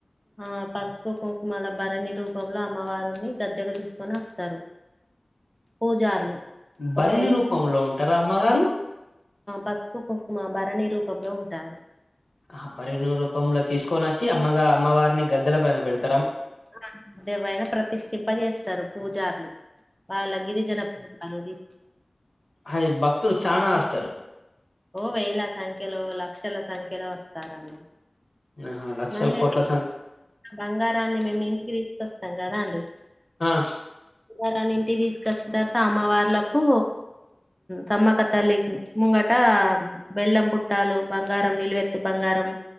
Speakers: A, in the centre; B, on the left (about 70°).
A: ఆ పసుపు కుంకుమల భరణి రూపంలో అమ్మవారిని గద్దెకు తీసుకొని వస్తారు పూజారులు కొద్దేలు
B: భరిణి రూపంలో ఉంటారా అమ్మగారు
A: పసుపు కుంకుమ భరణి రూ పంలో ఉంటారు
B: ఆ భరణి రూపంలో తీసుకొని వచ్చి అమ్మగా అమ్మవారిని గద్దెల పైన పెడుతుంది
A: ఆ దేవైనా ప్రతిష్ఠింపజేస్తారు పూజార్లు వాళ్ళ గిరిజన ప అరోది
B: అ భక్తులు చానా వస్తారు
A: ఓ వేల సంఖ్యలో లక్షల సంఖ్యలో వస్తారండి
B: ఆహా లక్షల
A: మళ్ళీా
B: కోట్ల సంఖ్య
A: బంగారాన్ని మేము ఇంటికి తీసు కస్తాం కదా అండి
B: ఆ
A: బంగారాన్ని ఇంటికి తీసు చ్చిన తర్వాత అమ్మవార్లకు సమ్మక్క తల్లి ముంగా అ బెల్లం పుట్టాలు బంగారం నిీలువెత్తు బంగారం